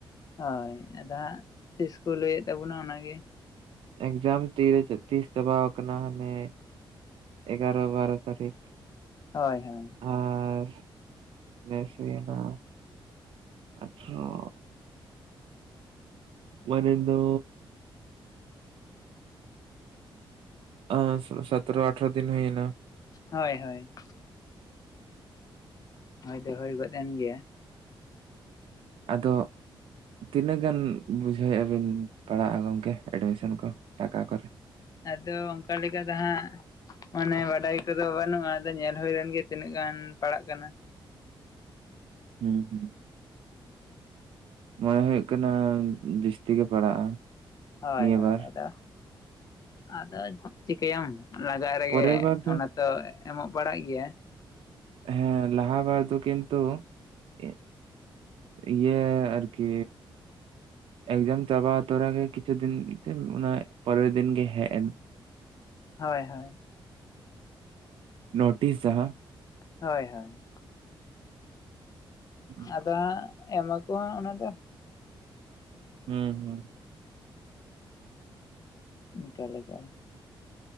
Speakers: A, on the left; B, on the right.
A: ᱦᱳᱭ ᱟᱫᱚ ᱦᱟᱸᱜ ᱛᱤᱥ ᱠᱚ ᱞᱟᱹᱭᱮᱫ ᱛᱟᱵᱚᱱᱟ ᱚᱱᱟᱜᱮ,
B: ᱮᱠᱡᱟᱢ ᱛᱤᱨᱮ ᱛᱤᱥ ᱪᱟᱵᱟᱣ ᱠᱟᱱᱟ ᱦᱟᱱᱮ, ᱮᱜᱟᱨᱚ ᱵᱟᱨᱚ ᱛᱟᱨᱤᱠ,
A: ᱦᱳᱭ ᱦᱳᱭ,
B: ᱟᱨ ᱵᱮᱥ ᱦᱩᱭᱱᱟ ᱟᱴᱷᱨᱚ ᱢᱟᱱᱮ ᱫᱚ ᱚ ᱥᱟᱛᱮᱨᱚ ᱟᱴᱷᱮᱨᱚ ᱫᱤᱱ ᱦᱩᱭᱱᱟ
A: ᱦᱳᱭ ᱦᱳᱭ ᱦᱳᱭᱫᱚ ᱦᱳᱭ ᱜᱚᱫ ᱮᱱ ᱜᱮᱭᱟ
B: ᱟᱫᱚ ᱛᱤᱱᱟᱹᱜ ᱜᱟᱱ ᱵᱩᱡᱷᱟᱹᱣᱮᱜᱼᱟ ᱵᱤᱱ ᱯᱟᱲᱟᱜᱼᱟ ᱜᱚᱝᱠᱮ ᱮᱰᱢᱤᱥᱮᱱ ᱠᱚ, ᱴᱟᱠᱟ ᱠᱚᱨᱮ?
A: ᱟᱫᱚ ᱚᱱᱠᱟ ᱞᱮᱠᱟ ᱫᱚ ᱦᱟᱸᱜ ᱢᱟᱱᱮ ᱵᱟᱰᱟᱭ ᱠᱚᱫᱚ ᱵᱟᱹᱱᱩᱜᱼᱟ ᱟᱫᱚ ᱧᱮᱞ ᱦᱩᱭ ᱞᱮᱱ ᱜᱮ ᱛᱤᱱᱟᱹᱜ ᱜᱟᱱ ᱯᱟᱲᱟᱜ ᱠᱟᱱᱟ᱾
B: ᱦᱩᱸ ᱦᱩᱸ ᱢᱚᱱᱮ ᱦᱩᱭᱩᱜ ᱠᱟᱱᱟ ᱫᱤᱥ ᱛᱤᱜᱮ ᱯᱟᱲᱟᱜᱼᱟ
A: ᱦᱳᱭ
B: ᱱᱤᱭᱟᱹ
A: ᱦᱳᱭ
B: ᱵᱟᱨ᱾
A: ᱟᱫᱚ ᱟᱫᱚ ᱪᱤᱠᱟᱹᱭᱟᱢ᱾ ᱞᱟᱜᱟᱜ ᱨᱮᱜᱮ
B: ᱯᱚᱨᱮᱨ ᱵᱟᱨ ᱫᱚ
A: ᱚᱱᱟ ᱛᱚ ᱮᱢᱚᱜ ᱵᱟᱲᱟᱜ ᱜᱮᱭᱟ᱾
B: ᱦᱮᱸ ᱞᱟᱦᱟ ᱵᱟᱨ ᱫᱚ ᱠᱤᱱᱛᱩ ᱤ- ᱤᱭᱟᱹ ᱟᱨᱠᱤ ᱮᱠᱡᱟᱢ ᱪᱟᱵᱟ ᱛᱚᱨᱟ ᱜᱮ ᱠᱤᱪᱷᱩ ᱫᱤᱱ ᱥᱮ ᱚᱱᱟ ᱯᱚᱨᱮᱨ ᱫᱤᱱ ᱜᱮ ᱦᱮᱡ ᱮᱱ᱾
A: ᱦᱳᱭ ᱦᱳᱭ᱾
B: ᱱᱳᱴᱤᱥ ᱡᱟᱦᱟᱸ
A: ᱦᱳᱭ ᱦᱳᱭ᱾
B: <inaudible>
A: ᱟᱫᱚ ᱦᱟᱸᱜ ᱮᱢᱟ ᱠᱚ ᱦᱟᱸᱜ ᱚᱱᱟ ᱫᱚ᱾
B: ᱦᱩᱸ ᱦᱩᱸ᱾
A: ᱚᱱᱠᱟ ᱞᱟᱜᱟᱜ-ᱟ